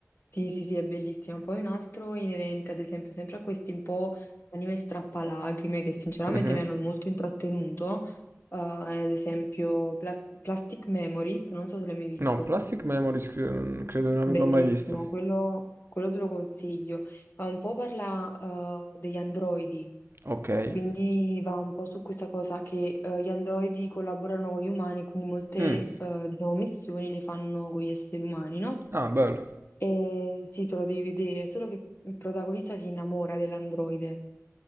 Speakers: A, on the left; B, on the right.
A: sì, sì, sì, è bellissimo. Poi un altro inerente, ad esempio, sempre a questi un po' anime strappalacrime che sinceramente
B: Mhm.
A: mi hanno molto intrattenuto, eh, ad esempio Pla- Plastic Memories, non so se l'hai mai visto.
B: No, Plastic Memories cre- credo di non
A: Bellissimo,
B: averlo mai visto.
A: quello, quello te lo consiglio. Eh, Un po' parla eh, degli androidi,
B: Ok.
A: quindi va un po' su questa cosa che eh, gli androidi collaborano con gli umani, quindi molte
B: Mm.
A: eh, diciamo, missioni le fanno con gli esseri umani, no?
B: Ah, bello.
A: E sì, te lo devi vedere, solo che il protagonista si innamora dell'androide.